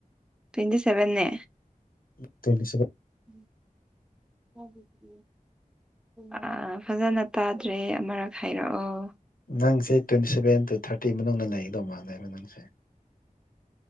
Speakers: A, in the centre; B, on the left.
A: ꯇ꯭ꯋꯦꯟꯇꯤ ꯁꯦꯚꯟꯅꯦ꯫
B: <unintelligible>
A: ꯎꯝ ꯍ ꯑ ꯐꯖꯅ ꯇꯥꯗ꯭ꯔꯦ ꯑꯃꯔꯛ ꯍꯥꯏꯔꯛꯑꯣ
B: ꯅꯪꯁꯦ ꯇ꯭ꯋꯦꯟꯇꯤ ꯁꯚꯦꯟ ꯇꯨ ꯊꯥꯔꯇꯤ ꯃꯅꯨꯡꯗ ꯂꯩꯒꯗꯧ ꯃꯥꯜꯂꯦꯕ ꯅꯪꯁꯦ